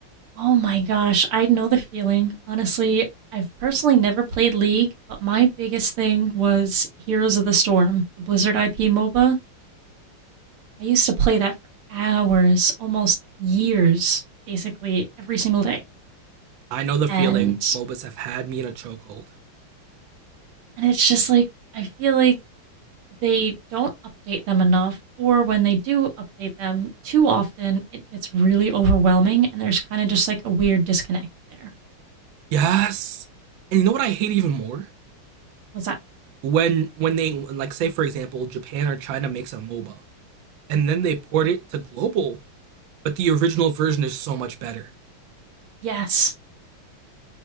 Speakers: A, on the right; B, on the right.
A: oh my gosh, I know the feeling. Honestly, I've personally never played League, but my biggest thing was Heroes of the Storm, the Blizzard IP MOBA. I used to play that for hours, almost years, basically every single day.
B: I know the
A: And
B: feeling MOBAs have had me in a chokehold.
A: and it's just like I feel like they don't update them enough, or when they do update them too often, it gets really overwhelming and there's kind of just like a weird disconnect there.
B: Yes. And you know what I hate even more?
A: What's that?
B: When when they like say for example, Japan or China makes a MOBA and then they port it to global, but the original version is so much better.
A: Yes.